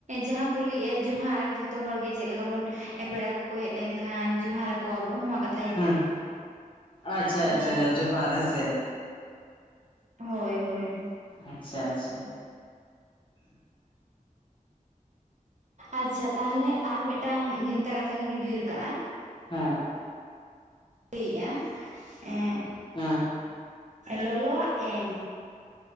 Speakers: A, on the right; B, on the left.
A: ᱡᱟᱦᱟᱸ ᱠᱚ ᱞᱟᱹᱭᱮᱫᱼᱟ ᱡᱚᱦᱟᱨ ᱡᱷᱚ ᱡᱚᱛᱚ ᱦᱚᱲ ᱜᱮ ᱪᱮᱫ ᱞᱮᱠᱟ ᱵᱚᱱ ᱯᱮᱲᱟ ᱠᱚᱠᱚ ᱦᱮᱡ ᱞᱮᱱᱠᱷᱟᱱ ᱡᱚᱦᱟᱨ ᱟᱠᱚᱣᱟᱵᱚᱱ ᱱᱚᱣᱟ ᱠᱟᱛ
B: ᱦᱩᱸ ᱟᱪᱪᱷᱟ ᱟᱪᱪᱷᱟ
A: ᱦᱮᱸ
B: ᱡᱚᱦᱟᱨ ᱦᱮ ᱥᱮ
A: ᱦᱳᱭ ᱦᱳᱭ
B: ᱟᱪᱪᱷᱟ ᱟᱪᱪᱷᱟ ᱩᱦ
A: ᱟᱪᱪᱷᱟ ᱛᱟᱦᱚᱞᱮ ᱟᱨ ᱢᱤᱫᱴᱟᱝ ᱵᱷᱮᱱᱛᱟ ᱠᱟᱛᱷᱟᱟᱜᱤᱧ ᱩᱭᱦᱟᱹᱨ ᱠᱟᱜᱼᱟ
B: ᱦᱚᱸ
A: ᱞᱟᱹᱭᱮᱜᱼᱟ ᱮᱜ
B: ᱦᱮᱸ
A: ᱞᱚᱞᱚᱣᱟᱜ ᱮᱢ